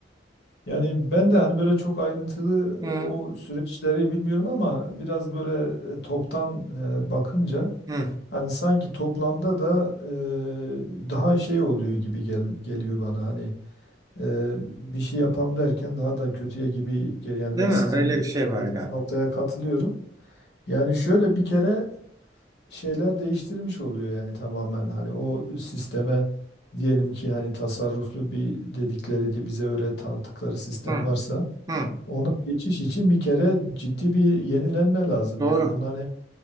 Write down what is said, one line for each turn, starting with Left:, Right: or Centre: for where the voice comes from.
Left: Yani ben de hani böyle çok ayrıntılı
Right: Hı.
Left: e, o süreçleri bilmiyorum ama biraz böyle e, toptan e, bakınca
Right: Hı,
Left: Hani sanki toplamda da e, daha şey oluyor gibi gel, geliyor bana. Hani e, bir şey yapalım derken daha da kötüye gibi geliyor. Yani
Right: değil
Left: ben
Right: mi?
Left: sizin
Right: Öyle bir şey var
Left: dediğiniz
Right: galiba.
Left: noktaya katılıyorum. Yani şöyle bir kere şeyler değiştirmiş oluyor yani tamamen. Hani o sisteme diyelim ki hani tasarruflu bir dedikleri de bize öyle tanıttıkları sistem
Right: Hı,
Left: varsa
Right: hı.
Left: ona geçiş için bir kere ciddi bir yenilenme lazım.
Right: Doğru.
Left: Yani bunların